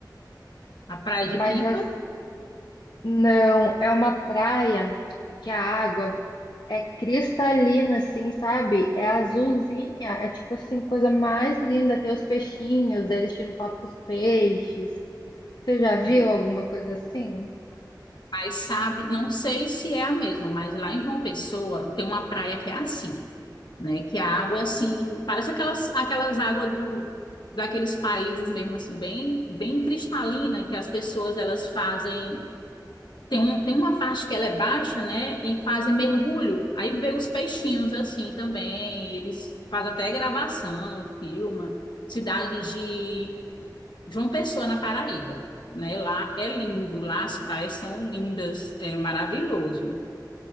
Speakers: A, on the left; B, on the left.
A: a praia de
B: mas
A: Pipa,
B: as- não, é uma praia que a água é cristalina, assim, sabe? É azulzinha, é tipo assim, coisa mais linda. Tem os peixinhos, eles tiram foto com os peixes. Você já viu
A: é,
B: alguma coisa assim?
A: mas sabe, não sei se é a mesma, mas lá em João Pessoa tem uma praia que é assim, né? Que a água é assim, parece aquelas aquelas águas do daqueles países mesmo assim, bem bem cristalina, que as pessoas elas fazem Tem, um, tem uma parte que ela é baixa, né? E fazem mergulho. Aí vê os peixinhos assim também. Eles fazem até gravação, filma. Cidade de João Pessoa, na Paraíba. Né? Lá é lindo, lá as praias são lindas, é maravilhoso.